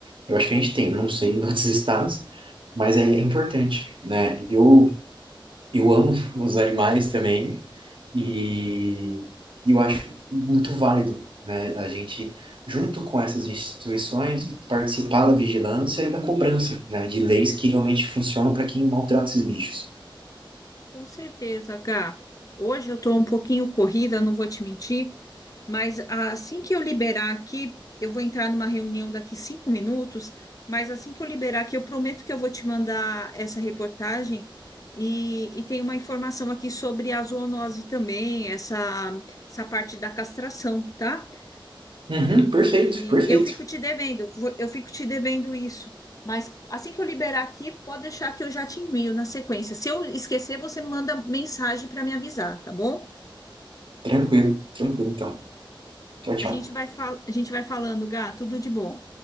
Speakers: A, on the right (about 70°); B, on the left (about 40°).
A: Eu acho que a gente tem, não sei em outros <laughs> estados, mas é importante, né? Eu, eu amo <laughs> os animais também e eu acho muito válido, né? A gente, junto com essas instituições, participar da vigilância e da cobrança, né? De leis que realmente funcionam para quem maltrata esses bichos.
B: Com certeza, Gá. Hoje eu estou um pouquinho corrida, não vou te mentir, mas assim que eu liberar aqui, eu vou entrar numa reunião daqui cinco minutos, mas assim que eu liberar aqui, eu prometo que eu vou te mandar essa reportagem e, e tem uma informação aqui sobre a zoonose também, essa, essa parte da castração, tá?
A: Uhum,
B: E
A: perfeito, perfeito.
B: eu fico te devendo, vo- eu fico te devendo isso. Mas assim que eu liberar aqui, pode deixar que eu já te envio na sequência. Se eu esquecer, você manda mensagem para me avisar, tá bom?
A: Tranquilo, tranquilo então. Tchau, tchau.
B: A gente vai fal- a gente vai falando, Gá, tudo de bom.